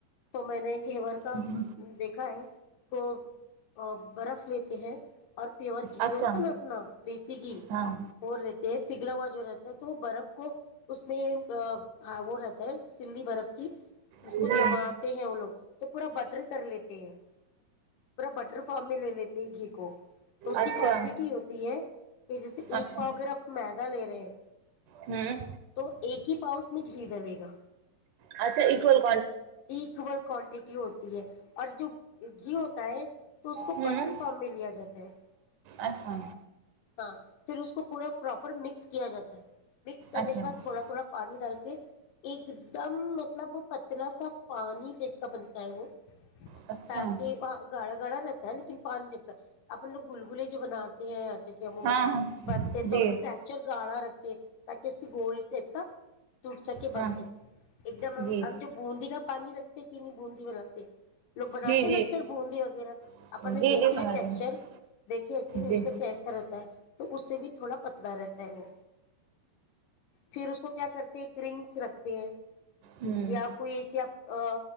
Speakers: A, on the left; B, on the right.
A: تو میں نے گھیور کا
B: جی
A: دیکھا ہے کو برف لیتے ہیں اور پیور گھی
B: اچھا
A: ہوتا لٹنا سگ
B: ہاں
A: وہ رہتے ہے پگھلا ہوا جو رہتا ہے تو برف کو اس میں وہ رہتا ہے سللی برف کی ج
B: جی
A: کو جماتے ہیں وہ لوگ تو پورا بٹر کر لیتے ہیں پورا بٹر ف میں لے لیتی گھی کو تو اس
B: اچھا
A: کی کوانٹیٹی ہوتی ہے کہ جیسے ایک
B: اچھا
A: پاؤ اگرپ فائدہ لے رہے ہیں
B: ہوں
A: تو ایک ہی پؤس اس میں گھی ڈلے گا
B: اچھا ایککول
A: اکول کوانٹٹی ہوتی ہے اور جو گھی ہوتا ہے تو اس کو
B: ہوں
A: بٹر فارم میں لیا جاتا ہے
B: اچھا
A: ہاں پھر اس کو پورا پراپر مکس کیا جاتا ہے مکس کر
B: اچھا
A: کےعد
B: ہوں
A: تھوڑا تھوڑا پانی ڈال کے ایک دم مطلب اترا سا پانی ٹ کا بنتا ہے وہ
B: اچھا
A: تاکہ وہ گڑ گڑا رہتا ہے لیکن پانی جب اپن لوگ گل گلے جو بناتے ہیں کہ عمومان
B: ہاں ہاں
A: بنتے
B: جی
A: تو اپنا فریکچر گالا رکھ جٹ تاکہ اس کی گول کے کا ٹوٹ سک بن
B: ہاں
A: سکے ایک دم
B: جی
A: ہم ہم
B: جی
A: جو بوندی کا پانی رکھ کی نہیں بوی و لاتات لوگ بناتے
B: جی
A: ہیں نا اکثر بوندی وغیرہ
B: جی
A: اپن نے دیکھے
B: جی سمجھ
A: ٹیکسچر دیکے کہ
B: گئے
A: اس
B: جی
A: کیس ہے تو اس سے بھی تھوڑا پتلا رہتا ہے وہ پھر اس کو کیا کرتے ہیں ایک رنگس رکھتے ہیں
B: ہوں
A: یا کوئی ایسی آ ا